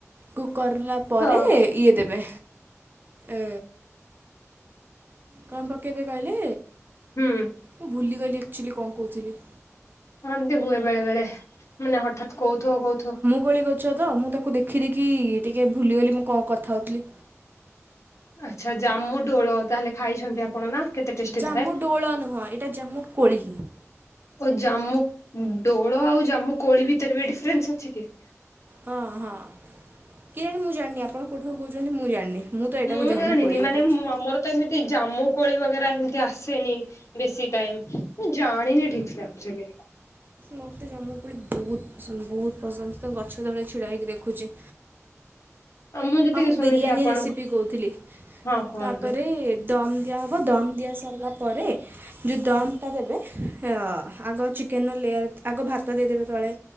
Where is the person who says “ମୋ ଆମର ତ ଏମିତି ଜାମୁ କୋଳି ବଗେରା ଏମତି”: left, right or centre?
Left